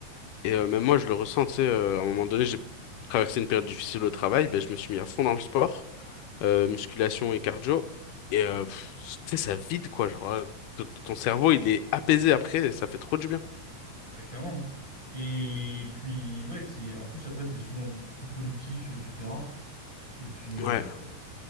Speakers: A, on the left (about 80°); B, on the right (about 25°).
A: et euh, même moi, je le ressens, tu sais, euh, à un moment donné, j'ai traversé une période difficile au travail, ben, je me suis mis à fond dans le sport, euh, musculation et cardio. Et euh, pff, tu sais, ça vide, quoi. Genre, euh, ton ton cerveau, il est apaisé après, et ça fait trop du bien.
B: Ouais, clairement. hein. Et puis, ouais, c'est en plus, après, tu es souvent plus productif, etc. Et puis, euh,
A: Ouais.